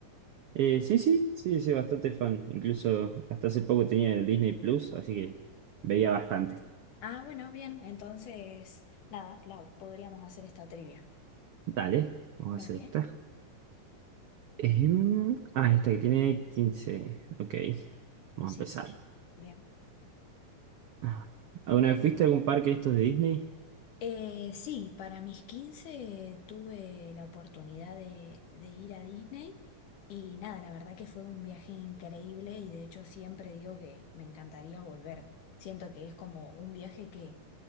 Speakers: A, on the right; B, on the left.
A: Eh, sí, sí, sí, sí, bastante fan. Incluso hasta hace poco tenía el Disney Plus, así que veía bastante.
B: Ah, bueno, bien, entonces nada, la podríamos hacer esta trivia.
A: Dale, vamos
B: Dale,
A: a hacer esta. Em, ah, esta que tiene 15. Ok, vamos
B: sí,
A: a empezar.
B: bien.
A: Ah, ¿Alguna vez fuiste a algún parque de estos de Disney?
B: Eh, sí, para mis 15 tuve la oportunidad de, de ir a Disney y nada, la verdad que fue un viaje increíble y de hecho siempre digo que me encantaría volver. Siento que es como un viaje que